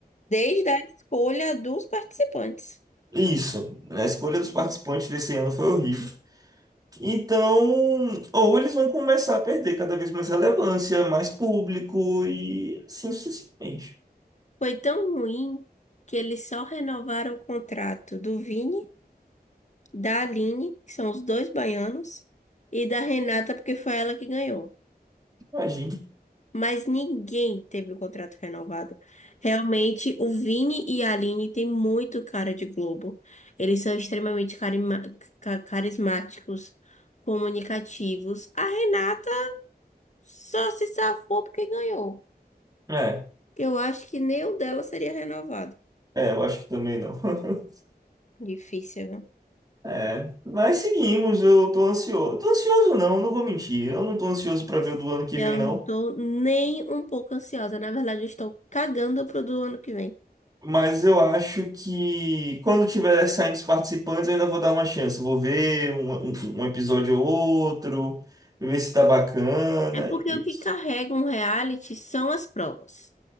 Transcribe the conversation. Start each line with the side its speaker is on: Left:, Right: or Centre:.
Left: Desde a escolha dos participantes.
Right: É Isso, a escolha dos participantes desse ano foi horrível. Então, ou eles vão começar a perder cada vez mais relevância, mais público e assim sucessivamente.
Left: Foi tão ruim que eles só renovaram o contrato do Vini, da Aline, que são os dois baianos, e da Renata, porque foi ela que ganhou.
Right: Imagina.
Left: Mas ninguém teve o contrato renovado. Realmente, o Vini e a Aline têm muito cara de Globo. Eles são extremamente carima- ca- carismáticos, comunicativos. A Renata só se safou porque ganhou.
Right: É,
Left: Eu acho que nem o dela seria renovado.
Right: é, eu acho que também não. <laughs>
Left: Difícil, viu?
Right: É, mas seguimos, eu tô ansioso. Tô ansioso não, não vou mentir. Eu não tô ansioso pra ver o do ano que
Left: Eu
Right: vem não,
Left: não tô nem um pouco ansiosa. Na verdade, eu estou cagando pro do ano que vem.
Right: mas eu acho que quando tiver saindo os participantes, eu ainda vou dar uma chance. Vou ver um, um- um episódio ou outro, ver se tá bacana.
Left: É porque
Right: E-
Left: o
Right: e-
Left: que carrega um reality são as provas.